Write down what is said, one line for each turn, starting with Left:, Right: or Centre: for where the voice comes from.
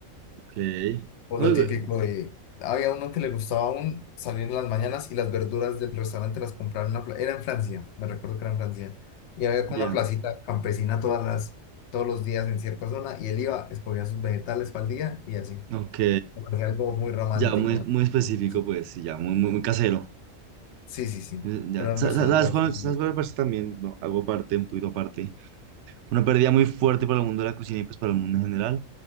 Right: ok.
Left: o
Right: No,
Left: lo
Right: digo,
Left: típico de... Había uno que le gustaba aún salir en las mañanas y las verduras del restaurante las compraba en una... pla- Era en Francia, me recuerdo que era en Francia. Y había como
Right: ya,
Left: una placita campesina todas las, todos los días en cierta zona y él iba, escogía sus vegetales para el día y así.
Right: ok.
Left: Me parecía algo muy romántico.
Right: Ya, muy, muy específico,
Left: ¿no? Así.
Right: pues, sí, ya, muy, muy, muy casero.
Left: Sí, sí, sí.
Right: Ya,
Left: Pero era
Right: sa-
Left: un restaurante
Right: sa- ¿sabes
Left: bastante...
Right: cuál, sabes
Left: bueno.
Right: cuál me parece también? Bueno, hago parte, un poquito aparte. Una pérdida muy fuerte para el mundo de la cocina y pues para el mundo en general.